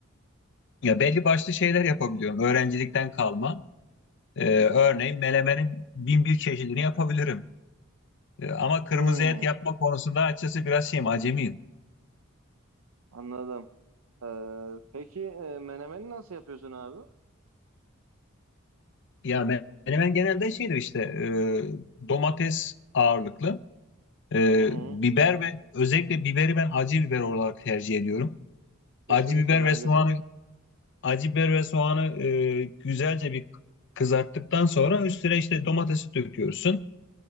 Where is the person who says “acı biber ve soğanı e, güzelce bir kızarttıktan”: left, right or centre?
Left